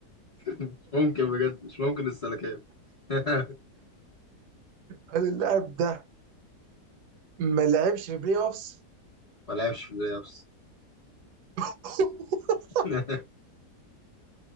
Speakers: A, on the left; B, on the right.
A: مش ممكن بجد مش ممكن السلكان <laughs>
B: هل اللاعب ده ما لعبش في بلاي اوفس؟
A: ما لعبش في البلاي أوفس
B: <laughs>
A: <laughs>